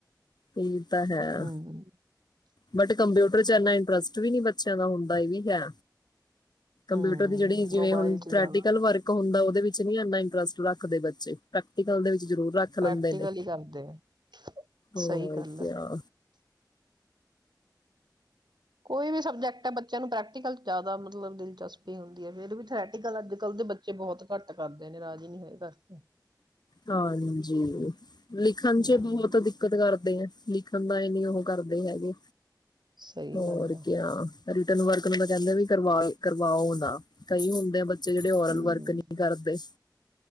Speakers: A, on the left (about 65°); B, on the right (about 70°).
A: ਇਹ ਤਾਂ ਹੈ
B: ਹੂੰ।
A: ਬਟ ਕੰਪਿਊਟਰ ਚ ਇੰਨਾ ਇੰਟਰਸਟ ਵੀ ਨਹੀਂ ਬੱਚਿਆਂ ਦਾ ਹੁੰਦਾ, ਇਹ ਵੀ ਹੈ।
B: ਹੂੰ
A: ਕੰਪਿਊਟਰ ਦੀ ਜਿਹੜੀ, ਜਿਵੇਂ
B: ਮੋਬਾਇਲ
A: ਹੁਣ
B: ਚ ਜ਼ਿਆਦਾ
A: ਪ੍ਰੈਕਟਿਕਲ ਵਰਕ ਹੁੰਦਾ। ਵਿੱਚ ਨਹੀਂ ਇੰਨਾ ਇੰਟਰਸਟ ਰੱਖਦੇ ਬੱਚੇ ਪ੍ਰੈਕਟੀਕਲ ਦੇ ਵਿੱਚ ਜ਼ਰੂਰ ਰੱਖ ਲੈਂਦੇ
B: ਪ੍ਰੈਕਟੀਕਲ
A: ਨੇ
B: ਹੀ ਕਰਦੇ ਆ
A: ਹੋਰ
B: ਸਹੀ ਗੱਲ
A: ਕਿਆ
B: ਆ। ਕੋਈ ਵੀ ਸਬਜੈਕਟ ਹੈ ਬੱਚਿਆਂ ਨੂੰ ਪ੍ਰੈਕਟੀਕਲ ਜ਼ਿਆਦਾ ਮਤਲਬ ਦਿਲਚਸਪੀ ਹੁੰਦੀ ਹੈ, ਫਿਰ ਵੀ ਥਰੈਟੀਕਲ ਅੱਜ ਕੱਲ੍ਹ ਦੇ ਬੱਚੇ ਬਹੁਤ ਘੱਟ ਕਰਦੇ ਨੇ ਰਾਜ਼ੀ ਨਹੀਂ ਹੈ ਕਰਕੇ।
A: ਹਾਂਜੀ, ਲਿਖਣ ਚ
B: ਹਮ
A: ਬਹੁਤ ਦਿੱਕਤ ਕਰਦੇ। ਤੇ ਲਿਖਣ ਦਾ ਇਹ ਨੀ ਉਹ ਕਰਦੇ ਹੈਗੇ।
B: ਸਹੀ
A: ਹੋਰ
B: ਗੱਲ ਹੈ
A: ਕਿਆ ਹੋਮ ਵਰਕ ਨੂੰ ਤਾਂ ਕਹਿੰਦੇ ਵੀ ਕਰਵਾ ਕਰਵਾਉ ਨਾ, ਕਈ ਹੁੰਦੇ ਆ ਬੱਚੇ ਤੇ ਜਿਹੜੇ ਓਰਲ
B: ਹਮ
A: ਵਰਕ ਨਹੀਂ ਕਰਦੇ।